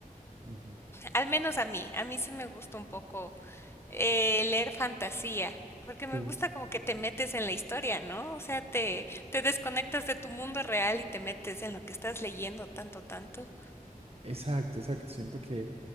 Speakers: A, on the right (about 45°); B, on the left (about 15°).
A: Ujú.
B: al menos a mí, a mí sí me gusta un poco Eh, leer fantasía, porque me
A: Sí.
B: gusta como que te metes en la historia, ¿no? O sea, te, te desconectas de tu mundo real y te metes en lo que estás leyendo tanto, tanto.
A: Exacto, exacto. Siento que